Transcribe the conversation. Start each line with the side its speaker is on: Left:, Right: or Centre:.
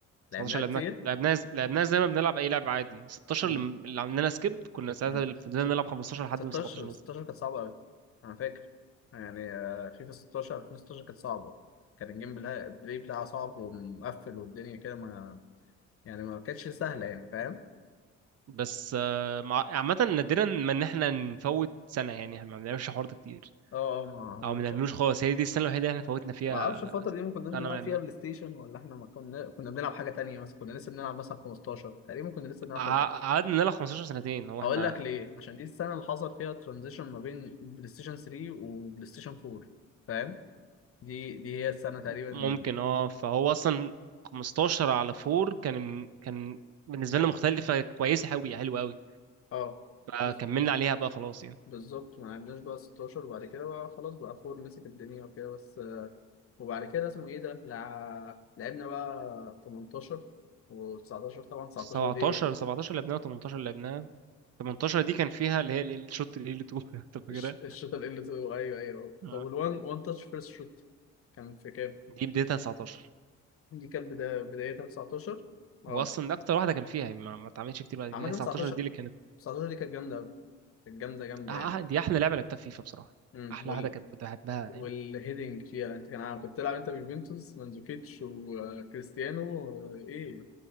Left: لعبناها
Right: 17 لعبناها
Left: كتير
Right: لعبناها ز- لعبناها زي ما بنلعب اي لعبه عادي 16
Left: مم.
Right: اللي اللي عملنا سكيب كنا ساعتها
Left: مم.
Right: فضلنا
Left: ست-
Right: نلعب 15 لحد
Left: 16
Right: ما 17 نزل
Left: 16 كانت صعبة قوي انا فاكر يعني آه، فيفا 16 2016 كانت صعبة كان الجيم بلا- بلاي بتاعها صعب ومقفل والدنيا كده ما يعني ما كانتش سهلة يعني فاهم
Right: بس آه، مع- عامه نادرا ما ان احنا نفوت سنه يعني احنا ما بنعملش حوار ده كتير
Left: اه اه ما
Right: او ما
Left: مش
Right: بنعملوش خالص هي دي السنه الوحيده اللي احنا فوتنا فيها
Left: ما اعرفش الفترة دي ما كناش بنلعب
Right: انا ما لعبناها
Left: فيها بلاي ستيشن ولا احنا ما كنا كنا بنلعب حاجة تانية بس كنا لسه بنلعب مثلا 15 تقريبا كنا لسه بنلعب
Right: قعدنا
Left: 15
Right: نلعب 15 سنتين هو
Left: هقول
Right: احنا
Left: لك ليه عشان دي السنة اللي حصل فيها ترانزيشن ما بين بلاي ستيشن 3 وبلاي ستيشن 4 فاهم دي دي هي السنة تقريبا
Right: ممكن اه فهو اصلا 15 على 4 كان كان بالنسبه
Left: ك-
Right: لنا مختلفه كويسه قوي حلوه قوي
Left: اه
Right: فكملنا
Left: بز...
Right: عليها بقى خلاص يعني
Left: بالظبط ما لعبناش بقى 16 وبعد كده بقى خلاص بقى 4 مسك الدنيا وكده بس وبعد كده اسمه ايه ده لع... لعبنا بقى 18 و19 طبعا 19
Right: 17
Left: دي
Right: 17 لعبناها 18 لعبناها 18 دي كان فيها اللي هي ال- الشوت اللي اللي تو <laughs> انت فاكرها
Left: الش- الشوطة ال L2 أيوه أيوه
Right: آه.
Left: طب وال One One Touch First Shot كان في كام؟
Right: دي بدايتها 19
Left: دي كانت بدا... بدايتها 19 اه
Right: واصلا ده اكتر واحده كان فيها يعني ما ما اتعملتش كتير بعد كده
Left: عامة
Right: هي 19
Left: 19
Right: دي اللي كانت
Left: 19 دي كانت جامدة أوي كانت جامدة جامدة
Right: آه آه،
Left: يعني
Right: دي احلى لعبه لعبتها في فيفا بصراحه
Left: امم
Right: احلى
Left: وال
Right: واحده كانت بحبها
Left: والهيدنج
Right: يعني
Left: فيها انت كان عارف كنت تلعب انت بيوفنتوس مانزوكيتش وكريستيانو آه، ايه